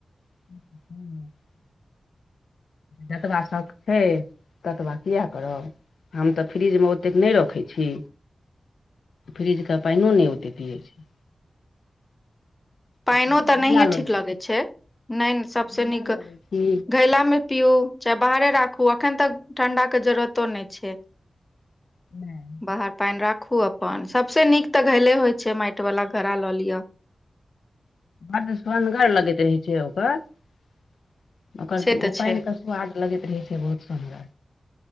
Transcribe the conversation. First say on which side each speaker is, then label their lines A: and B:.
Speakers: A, on the left; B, on the left.
A: <inaudible> जतबा सभ छै ततबा किया करब हम तऽ फ्रीजमे ओतेक नहि रखै छी फ्रिजके पाइनो नहि ओते पियैत छै
B: पाइनो
A: घैला
B: तऽ नहिए
A: लऽ
B: ठीक
A: लै
B: लगै
A: छी
B: छै नहि सबसे
A: घैला
B: नीक
A: लऽ लै छी
B: घैला मे पीउ चाहे बाहरे राखू अखन तक ठंडा के जरूरतो नहि छै
A: नहि
B: बाहर पाइन राखू ओ अपन सबसे नीक तऽ घैले होइ छै माइट वाला घड़ा लऽ लिअ
A: हँ तऽ सुनगर लगैत रहै छै ओकर ओकर
B: से तऽ
A: ओ पाइन
B: छै
A: के स्वाद लगैत रहै छै बहुत सुंदर